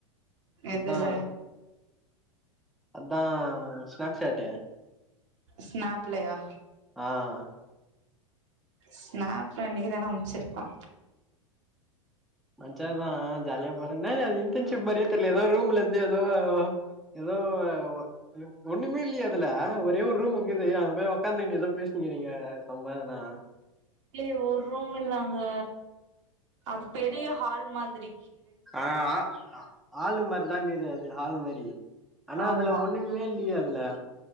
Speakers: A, on the right; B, in the centre.
A: எதுல
B: அதா அதா ஸ்நாப்ஷாட்டு
A: ஸ்நாப்லையா
B: ஆ
A: ஸ்நாப் இன்னைக்குதான அம்ச்சிருக்கா
B: மஜாதா ஜாலியா போற என்னடா இது இன்டர்ன்ஷிப் மாரியே தெர்ல ஏதோ ரூம்ல இருந்து ஏதோ ஏதோ ஏ ஒண்ணுமே இல்லயே அதுல ஒரே ஒரு ரூம் இருக்குது அங்க போய் ஒக்காந்துகினு ஏதோ பேசினுகிறீங்க சும்மா எதனா
A: இல்லயே ஒரு ரூம் இல்ல அங்க அது பெரிய ஹால் மாதிரி
B: ஆ ஆ ஹாலு மாரிதா இருக்கிது அது ஹாலு மாரி ஆனா
A: ஆமா
B: அதுல ஒண்ணுமே இல்லயே அதுல